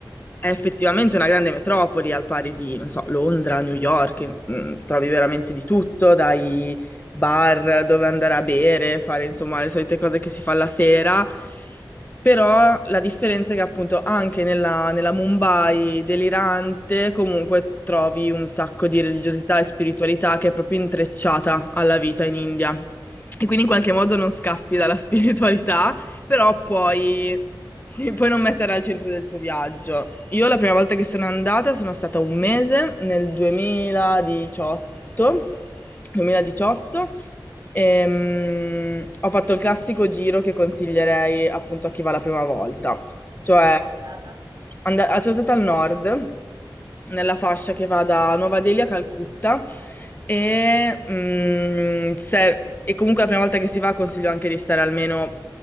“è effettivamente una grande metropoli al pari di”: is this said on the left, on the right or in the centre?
Left